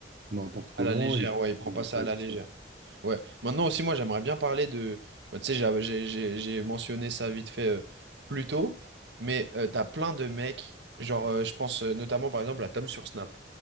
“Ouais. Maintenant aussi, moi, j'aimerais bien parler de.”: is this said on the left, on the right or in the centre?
Right